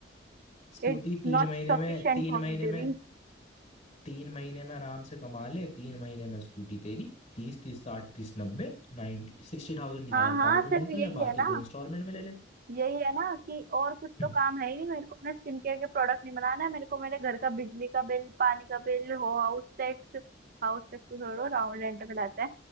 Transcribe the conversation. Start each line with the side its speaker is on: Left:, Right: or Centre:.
Left: स्कूटी
Right: It's
Left: तीन
Right: not
Left: महीने
Right: sufficient
Left: में तीन
Right: for
Left: महीने
Right: me baby
Left: में तीन महीने में आराम से कमा ले तीन महीने में स्कूटी तेरी तीस तीस साठ तीस नब्बे नाइनटी सिक्सटी थाउजेंड की
Right: हाँ
Left: डाउन
Right: हाँ
Left: पेमेंट
Right: सिर्फ
Left: कर
Right: यही
Left: ले बाकी
Right: है ना
Left: तो इंस्टॉलमेंट में ले ले
Right: यही है ना कि और कुछ
Left: हम्म,
Right: तो काम है ही नहीं मेरे को अपने स्किन केयर के प्रोडक्ट नहीं बनाना है मेरे को मेरे घर का बिजली का बिल पानी का बिल हो हाउस टैक्स हाउस टैक्स तो छोड़ो राउंड रेंट में लाते हैं